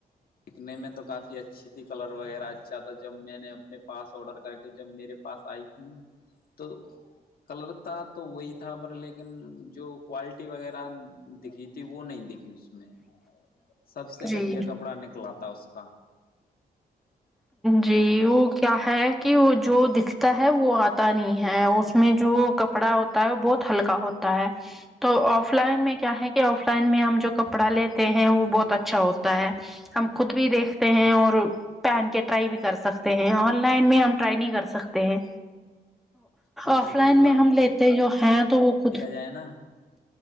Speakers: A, on the left; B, in the centre.
A: دیکھنے میں تو کافی اچھی تھی کلر وغیرہ اچھا تھا جب میں نے اپنے پاس آڈر کر کے جب میرے پاس آئی تیںا تو کلر تھا تو وہی تھا پر لیکن جو کوالٹی وغیرہ دکھی تھی وہ نہیں دکھی اس میں سب سے
B: جی
A: گھٹیا کپڑا نکلا تھا اس کا
B: جی وہ کیا ہے کہ وہ جو دکھتا ہے وہ آتا نہیں ہے اس میں جو کپڑا ہوتا ہے وہ بہت ہلکا ہوتا ہے تو آف لائن میں کیا ہے کہ آف لائن میں ہم جو کپڑا لیتے ہیں وہ
A: ہاں
B: بہت
A: جی
B: اچھا ہوتا ہے ہم خود بھی دیکھتے ہیں اور پہن کے ٹرائی بھی کر سکتے ہیں آن لائن میں ہم ٹرائی نہیں کر سکتے ہیں
A: ہاں
B: آف
A: جی
B: لائن
A: بالکل
B: میں ہم لیتے جو ہیں تو وہ خود
A: چائنا